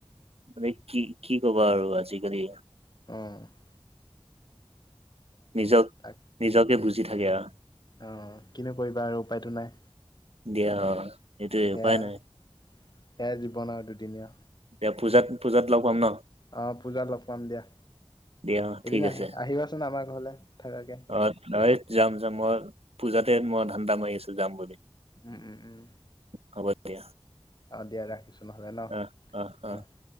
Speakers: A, on the right (about 75°); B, on the left (about 45°).
A: মানে কি কি কোৱা আৰু আজিকালি
B: অঁ
A: নিজক
B: তাক
A: নিজকে বুজি থাকে। আৰু
B: অ কিনো কৰিবা আৰু উপায়তটো নাই।
A: দিয়া অ সেইটোৱে
B: সেয়াই
A: উপায় নাই
B: সেয়াই জীৱন আৰু দুদিনীয়া।
A: এ পূজাত -পূজাত লগ পাম ন।
B: অঁ পূজা, লগ পাম দিয়া।
A: দিয়া ঠিক
B: এদিন আহি
A: আছে
B: আহিবাচোন আমাৰ ঘৰলৈ থাকাকে।
A: অ <unintelligible> যাম যাম মই পূজাতে মই ধানদা মাৰি আছো যাম। বুলি
B: উম উম উম
A: হ'ব দিয়া।
B: অ দিয়া ৰাখিছো নহলে ন।
A: অ' অ' অ'।
B: উম